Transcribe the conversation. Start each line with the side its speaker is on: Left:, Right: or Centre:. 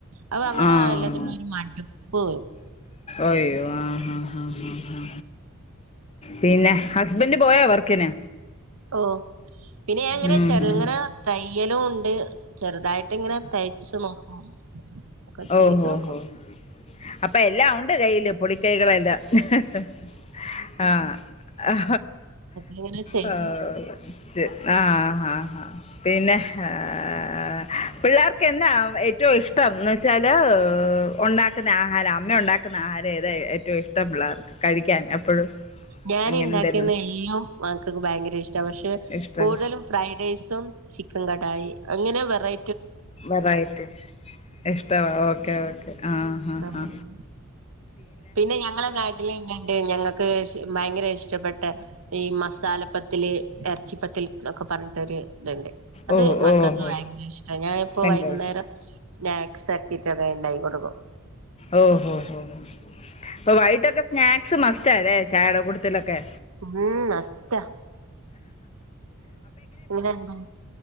Right: അപ്പൊ അങ്ങനെ
Left: ആഹ്
Right: എല്ലാത്തിും ഒരു മട്പ്പ് പോ
Left: അയ്യോ ആ ഹാ ഹാ ഹാ പിന്നെ ഹസ്ബന്റ് പോയോ വർക്കിന്
Right: ഓഹ് പിന്നെ ഞാന്ങ്ങനെ
Left: ഉം
Right: ചെർങ്ങനെ
Left: ഉം.
Right: തയ്യലുണ്ട് ചെറുതായ്ട്ട്ങ്ങനെ തയ്ച്ച് നോക്കും <inaudible> ചെയ്തു
Left: ഓഹോഹോ
Right: നോക്കും
Left: അപ്പൊ എല്ലാഒണ്ട് കയ്യില് പൊളി കൈകളല്ല ഹ് ഹ് ആ ആ
Right: അങ്ങനെ ചെയ്തു
Left: ആഹ്
Right: നോക്കും.
Left: ആഹഹ പിന്നെ ആ ആ പിള്ളേർ ക്കെന്താ ഏറ്റവും ഇഷ്ടം ചെല ഒണ്ടാക്കുന്ന ആഹാരം അമ്മ ഒണ്ടാക്കുന്ന ആഹാരം ഏതാ ഏറ്റവും ഇഷ്ടം പിള്ളേർക്ക് കഴിക്കാൻ എപ്പോഴും
Right: ഞാൻ
Left: അങ്ങനെ
Right: ണ്ടാക്കുന്ന
Left: എന്തെങ്കിലും
Right: എല്ലും മക്കക്ക് ഭയങ്കര ഇഷ്ട പക്ഷെ
Left: ഇഷ്ടം
Right: കൂടുതലും ഫ്രൈഡ് റൈസും ചിക്കൻ ങ്ങാട്ടായി അങ്ങനെ വെറൈ
Left: വേറായിട്ട് ഇഷ്ടവാ ഓക്കേ ഓക്കേ ആഹാ
Right: ആഹ്
Left: ഹാ
Right: പിന്നെ ഞങ്ങളെ നാട്ടില് ട് ഞങ്ങൾക്ക് ഭയങ്കര ഇഷ്ടപ്പെട്ട ഈ മസാലപ്പത്തില് ഇറച്ചിപ്പത്തിൽ ഒക്കെ പറഞ്ഞിട്ടൊരു ഇത്ണ്ട് അത്
Left: ഓ
Right: മക്കൾക്ക്
Left: ഓ ഓ
Right: ഭയങ്കര ഇഷ്ട ഞാനിപ്പോ
Left: ഭയങ്കര
Right: വൈകുന്നേരം
Left: ഇഷ്ട
Right: സ്നാക്സ് ആക്കിട്ട് അത് ഇണ്ടാക്കി കൊടുക്കും
Left: ഓ ഹൊ ഹൊ അപ്പ വൈയിട്ടക്ക സ്നാക്സ് മസ്റ്റ് അല്ലെ ചയട കൂട്ടത്തിലൊക്കെ
Right: ഉം മസ്റ്റ ഇങ്ങനെ എ